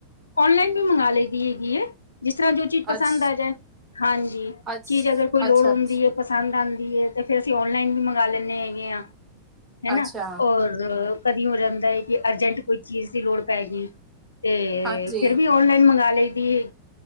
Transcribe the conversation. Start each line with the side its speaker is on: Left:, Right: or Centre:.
Left: ਔਨਲਾਈਨ ਵੀ ਮੰਗਾ ਲਈ ਦੀ ਹੈਗੀ ਹੈ। ਜਿਸ ਤਰ੍ਹਾਂ ਜੋ ਚੀਜ਼ ਪਸੰਦ
Right: ਅੱਛ
Left: ਆ ਜਾਏ ਹਾਂਜੀ
Right: ਅੱਛ
Left: ਚੀਜ਼ ਅਗਰ ਕੋਈ ਲੋੜ
Right: ਅੱਛਾ
Left: ਹੁੰਦੀ
Right: ਅੱਛਾ,
Left: ਏ ਪਸੰਦ ਆਂਦੀ ਹੈ ਤੇ ਫੇਰ ਅਸੀਂ ਔਨਲਾਈਨ ਵੀ ਮੰਗਵਾ ਲੈਂਦੇ ਹੈਗੇ ਆ। ਹੈਨਾ
Right: ਅੱਛਾ
Left: ਔਰ ਕਦੀ ਹੋ ਜਾਂਦਾ ਹੈ ਕਿ ਅਰਜੈਂਟ ਕੋਈ ਚੀਜ਼ ਦੀ ਲੋੜ ਪੈ ਗਈ, ਤੇ
Right: ਹਾਂਜੀ,
Left: ਫਿਰ ਵੀ ਔਨਲਾਈਨ ਮੰਗਵਾ ਲਈ ਦੀ ਏ